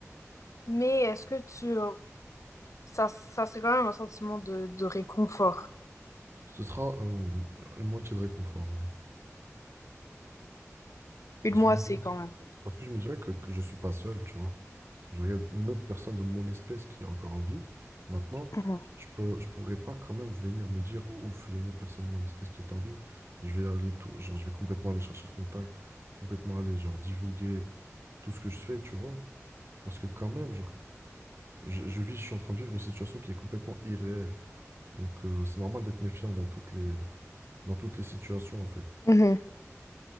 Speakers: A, on the left (about 70°); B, on the right (about 50°).
A: Mais est-ce que tu... euh, Ça, ça serait quand même un sentiment de, de réconfort.
B: Ce sera un- une moitié de réconfort, oui.
A: Une
B: Parce
A: moitié
B: que
A: quand même.
B: Parce que je me dirais que, que je suis pas seul, tu vois. Je regarde une autre personne de mon espèce qui est encore en vie. Maintenant,
A: Mhm.
B: je peux, je pourrais pas quand même venir me dire, ouf, il y a une autre personne de mon espèce qui est en vie. Je vais aller tout, genre, je vais complètement aller chercher le contact, complètement aller, genre, divulguer tout ce que je fais, tu vois. Parce que quand même, genre, je, je vis, je suis en train de vivre une situation qui est complètement irréelle. Donc, euh, c'est normal d'être méfiant dans toutes les, dans toutes les situations, en fait.
A: Mhm.